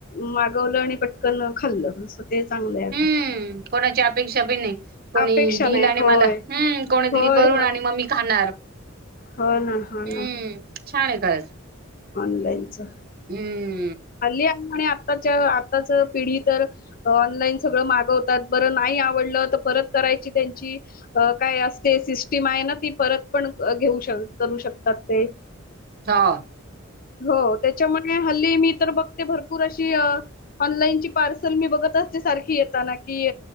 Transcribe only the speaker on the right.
हम्म कोणाची अपेक्षा बी नाही. कोणी
दिल
आणि
मला हम्म कोणी
दिल करून
आणि मग मी खाणार.
हम्म
छान आहे खरंच
हम्म
हा